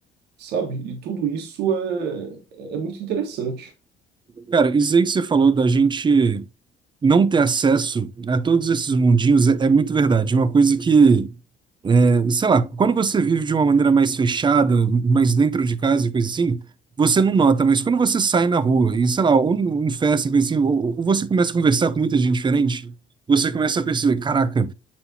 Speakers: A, on the right; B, on the right.
A: sabe? E tudo isso é, é muito interessante.
B: Cara, isso aí que você falou da gente não ter acesso a todos esses mundinhos é, é muito verdade. Uma coisa que, é, sei lá, quando você vive de uma maneira mais fechada, mais dentro de casa e coisa assim, você não nota, mas quando você sai na rua e, sei lá, ou em festa e coisa assim, ou, ou você começa a conversar com muita gente diferente, você começa a perceber, caraca.